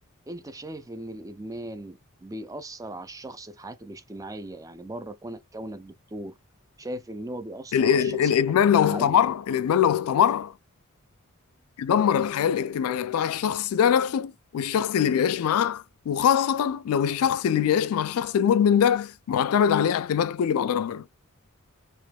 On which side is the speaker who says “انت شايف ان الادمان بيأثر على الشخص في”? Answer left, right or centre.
Right